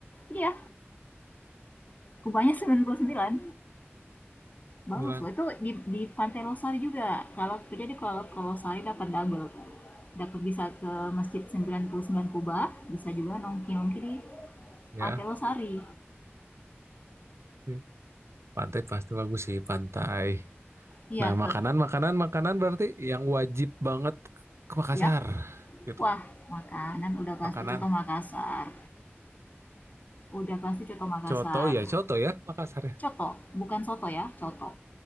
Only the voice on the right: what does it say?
sembilan
Ya.
Hmm. Pantai pasti bagus sih, pantai.
Nah,
makanan makanan makanan berarti yang wajib banget ke Makassar
gitu.
Makanan
coto ya, coto ya Makassar. ya.